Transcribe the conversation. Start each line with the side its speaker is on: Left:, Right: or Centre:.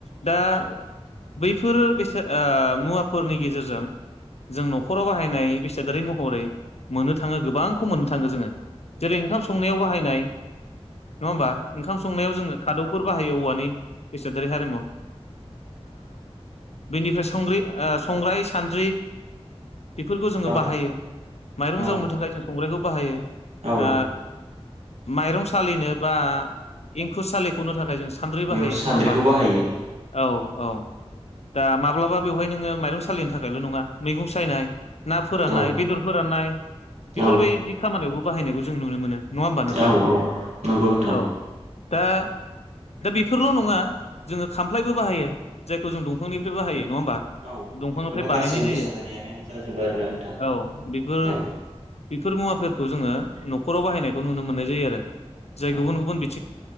Left: दा बैफोर बेसाद ओ मुवाफोरनि गेजेरजों जों न'खराव बाहायनाय बेसादारि महरै मोननो थाङो गोबांखौ मोननो थाङो जोङो जेरै ओंखाम संनायाव बाहायनाय नङा होमबा ओंखाम संनायाव जोङो खादौ बाहायो औवानि बेसादारि हारिमु ओ बेनिफ्राय संग्रि ओ संग्राय सानद्रि बेफोरखौ जोङो
Right: औ
Left: बाहायो माइरं
Right: औ
Left: जावनो थाखाय जों संग्रायखौ बाहायो
Right: औ
Left: ओ माइरं सालिनो बा एंखुर सालिखौनो थाखाय जों सान्द्रै
Right: बेयाव
Left: बाहायो
Right: सान्द्रिखौ
Left: नङा होमबा
Right: बाहायो
Left: औ औ दा माब्लाबा बेवहाय नोङो माइरं सालिनो थाखायल' नङा मैगं सायनाय ना फोराननाय
Right: औ
Left: बेदर फोराननाय बेफोरबायदि
Right: औ
Left: खामानियावबो बाहायनायखौ जों नुनो मोनो नङा होमबा नोंथां
Right: औ औ नंगौ नोंथां
Left: औ
Right: ।
Left: दा दा बेफोरल' नङा जोङो खामफ्लायबो बाहायो जायखौ जों दंफांनिफ्रायबो बाहायो नङा होमबा
Right: औ
Left: दंफांनिफ्राय
Right: बेफोरबो
Left: बानायनाय
Right: गासै
Left: जायो
Right: बेसादारियानो जाजोबो आरोना नोंथां
Left: औ बेफोर
Right: औ
Left: बेफोर मुवाफोरखौ जोङो न'खराव बाहायनायखौ नुनो मोननाय जायो आरो जाय
Right: औ
Left: गुबुन गुबुन बि